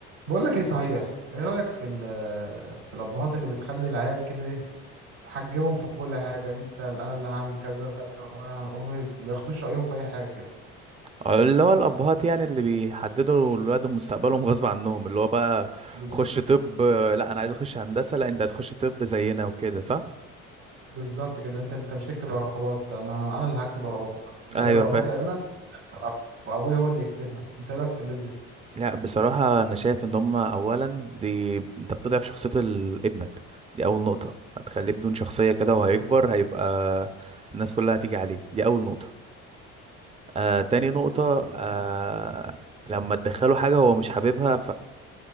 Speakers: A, on the right (about 85°); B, on the right (about 20°).
A: بقول لك ايه صحيح ايه رأيك في ال- في الابهات اللي بتخلي العيال كده ايه تحجبهم في كل حاجة انت انا اللي هعمل كذا وانا هعمل هم ما ياخدوش رأيهم في اي حاجة كده
B: اللي هو الأبهات يعني اللي بيحددوا لولادهم مستقبلهم غصب عنهم اللي هو بقى
A: بز-
B: خش طب لا أنا عايز أخش هندسة لا أنت هتخش طب زينا وكده صح؟
A: بالظبط كده انت انت مش تكتب رغبات انا انا اللي هكتب رغباتك اللي
B: أيوه
A: هي رغباتي
B: فاهم
A: انا ف- فابويا هو اللي يكتبها انت ايه رأيك في الناس دي
B: لا بصراحة أنا شايف إن هما أولا دي أنت بتضعف شخصية ال- ابنك دي أول نقطة هتخليه بدون شخصية كده
A: اه
B: وهيكبر هيبقى الناس كلها هتيجي عليه دي أول نقطة آه تاني نقطة آه لما تدخله حاجة هو مش حاببها